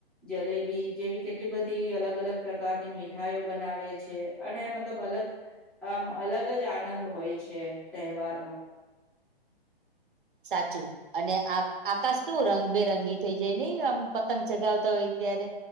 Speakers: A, in the centre; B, on the right (about 55°).
A: જલેબી જેવી કેટલી બધી અલગ અલગ પ્રકારની મીઠાઈઓ બનાવે છે અને મતલબ અલગ આમ અલગ જ આનંદ હોય છે તહેવારનો
B: સાચું અને આ આકાશ કેવું રંગબેરંગી થઈ જાય નહ આમ પતંગ ચગાવતા હોય ત્યારે